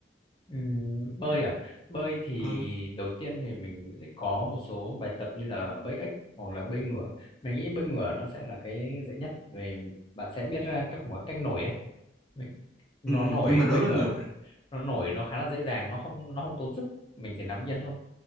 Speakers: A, on the left; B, in the centre.
A: Ừm, bơi à bơi thì
B: ừ,
A: đầu tiên thì mình sẽ có một số bài tập như là bơi ếch hoặc là bơi ngửa mình nghĩ bơi ngửa nó sẽ là cái dễ nhất vì bạn sẽ biết ra các mọi cách nổi ấy mình, nó
B: ừ,
A: nổi
B: nhưng mà đối
A: bơi
B: với
A: ngửa
B: người
A: nó nổi nó khá là dễ dàng nó không nó không tốn sức mình chỉ nằm yên thôi